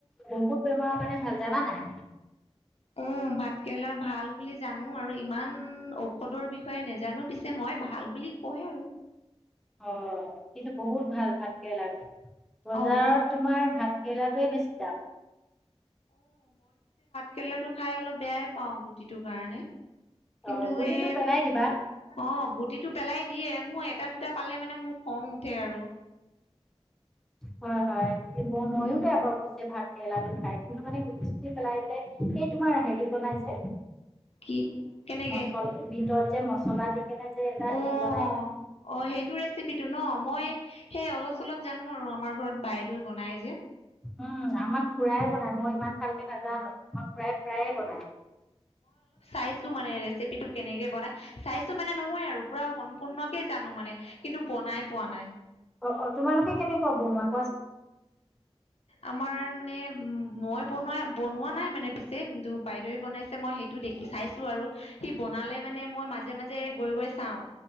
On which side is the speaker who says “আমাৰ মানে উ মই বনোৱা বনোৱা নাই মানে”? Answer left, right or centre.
Left